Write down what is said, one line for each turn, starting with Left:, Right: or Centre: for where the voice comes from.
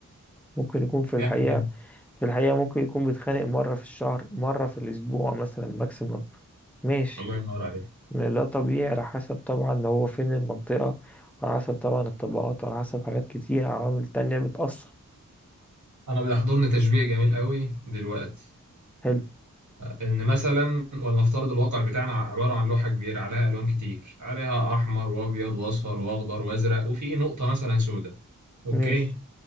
Centre: ممكن يكون في الحقيقة
Right: جامد جدا
Centre: في الحقيقة ممكن يكون بيتخانق مرة في الشهر مرة في الأسبوع مثلا ماكسيموم ماشي
Right: الله ينور عليك
Centre: لا طبيعي على حسب طبعا هو فين المنطقة على حسب طبعا الطبقات على حسب حاجات كتير عوامل تانية بتأثر
Right: انا بيحضرني تشبيه جميل قوي دلوقتي
Centre: حلو
Right: ان مثلا ولنفترض الواقع بتاعنا عباره عن لوحه كبيره عليها الوان كتير عليها احمر وابيض واصفر واخضر وازرق وفي نقطه مثلا سوداء اوكي
Centre: ماشي